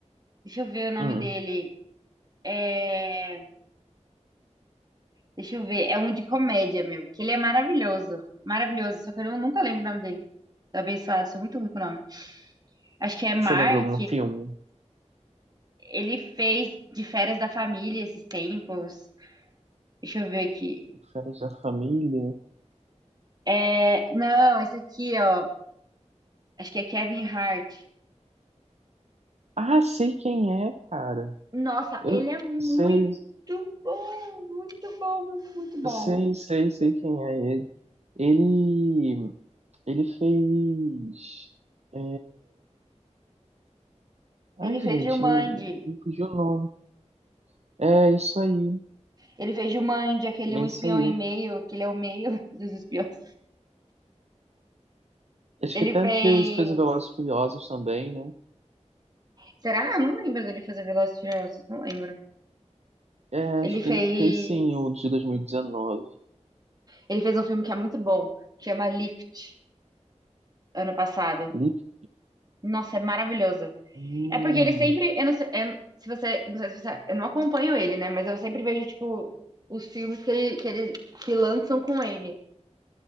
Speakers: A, on the right (about 35°); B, on the right (about 65°).
A: Deixa eu ver o nome
B: Hum.
A: dele. É... Deixa eu ver. É um de comédia, meu. Que ele é maravilhoso. Maravilhoso. Só que eu não- nunca lembro o nome dele. Do Abençoado. Sou muito ruim com o nome. Acho que é Mark.
B: Você lembra algum filme?
A: Ele fez de férias da família esses tempos. Deixa eu ver aqui.
B: Férias da Família?
A: É... Não, esse aqui, ó. Acho que é Kevin Hart.
B: Ah, sei quem é, cara.
A: Nossa,
B: Eu
A: ele é muito
B: sei,
A: bom. Muito bom, muito, muito bom.
B: sei, sei, sei quem é ele. Ele, ele fez. É... Ai,
A: Ele fez
B: gente,
A: Jumanji.
B: me, me fugiu o nome. É isso aí,
A: Ele fez Jumanji, aquele
B: é
A: Um
B: isso
A: Espião
B: aí.
A: e Meio, aquele é o meio <laughs> dos espiões.
B: Acho
A: Ele
B: que até
A: fez.
B: fez, fez o Velozes e Furiosos também, né?
A: Será? Não lembro dele fazer Velozes e Furiosos, não lembro.
B: É,
A: Ele
B: acho
A: fez,
B: que ele fez sim o de 2019.
A: ele fez um filme que é muito bom, que chama Lift, ano passado.
B: Lift?
A: Nossa, é maravilhoso.
B: Hum.
A: É porque ele sempre, eu não sei, eu- se você, não sei se você, eu não acompanho ele, né, mas eu sempre vejo tipo os filmes que ele que ele que lançam com ele.